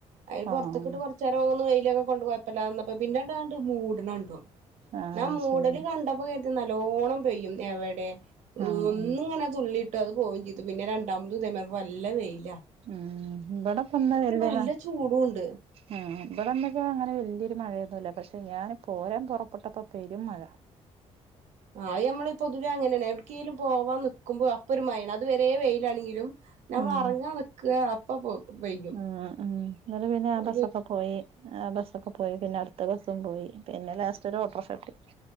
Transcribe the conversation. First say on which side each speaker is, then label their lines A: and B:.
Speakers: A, on the right; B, on the right.
A: അയില് പൊറത്ത്കിട്ട്
B: ആഹ്
A: കൊറച്ചേരം ഒന്ന് വെയിലൊക്കെ കൊണ്ടു കൊയപ്പല്ലാതെ ന്നപ്പോ പിന്നെണ്ടങ്ങട്ട് മൂട്ണണ്ടു
B: ആഹ്
A: ന്നാ മൂടല്
B: ശരി
A: കണ്ടപ്പോ കരു തി നല്ലോണം പെയ്യും എവിടെ
B: ആഹ് ആഹ്
A: ഒന്നുങ്ങനെ തുള്ളിട്ട് ഇട്ട് അത് പോവും ചെയ്തു പിന്നെ രണ്ടാമത് ഇതേമാതിരി നല്ല വെയില്
B: ഉം വടെ പന്നലല്ലേന്ന്
A: നല്ല ചൂടും ഉണ്ട്
B: ഉം ഇവിടെന്നൊക്ക അങ്ങനെ വല്യയൊരു മഴയൊന്നുംല്ല പക്ഷെ ഞാൻ പോരാൻ പുറപ്പെട്ടപ്പോ പെരും മഴ
A: ആ അത് ഞമ്മളീ പൊതുവെ അങ്ങനെണ് എവിട്ക്കെലും പോവാൻ നിക്കുമ്പോ അപ്പൊ ഒരുമയാണ് അത് വരേ വെയിലാണെങ്കിലും ഞമ്മൾ
B: ഉം
A: അറങ്ങാൻ നിക്കാ അപ്പപോ വൈകും
B: ഉം ഉം ഇന്നലെ പിന്നെ ആ
A: അ
B: ബസ്സൊക്കെ പോയി ആ ബസ്സൊക്കെ പോയി പിന്നെ അടുത്ത ബസ്സും പോയി പിന്നെ ലാസ്റ്റ് ഒരു ഓട്ടോർഷ കിട്ടി